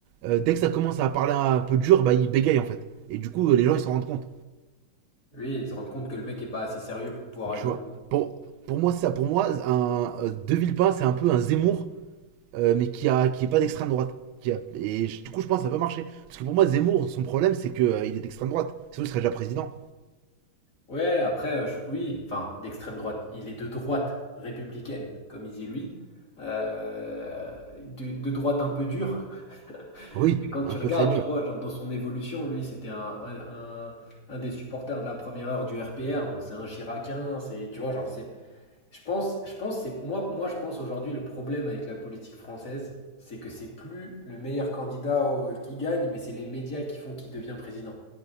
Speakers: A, on the right (about 85°); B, on the left (about 40°).
A: euh, dès que ça commence à parler un peu dur, bah il bégaye en fait. Et du coup, euh, les gens, ils s'en rendent compte,
B: Oui, ils se rendent compte que le mec est pas assez sérieux pour pouvoir aller
A: tu
B: au
A: vois.
B: bout.
A: Pour, pour moi, c'est ça. Pour moi, un, euh, De Villepin, c'est un peu un Zemmour euh, mais qui a qui est pas d'extrême droite. Qui a- et je- du coup, je pense que ça peut marcher. Parce que pour moi, Zemmour, son problème, c'est qu'il il est d'extrême droite. Sinon, il serait déjà président.
B: Ouais, après, euh, je- oui, enfin, d'extrême droite. Il est de droite républicaine, comme il dit lui. Euh, de, de droite un peu dure. <laughs>
A: Oui,
B: Mais quand tu
A: un peu
B: regardes,
A: très dur.
B: tu vois, genre dans son évolution, lui, c'était un, un, un- un des supporters de la première heure du RPR, donc c'est un Chiracien, c'est, tu vois, genre, c'est. Je pense, je pense, c'est. Moi, moi, je pense aujourd'hui, le problème avec la politique française, c'est que c'est plus le meilleur candidat au- qui gagne, mais c'est les médias qui font qui devient président.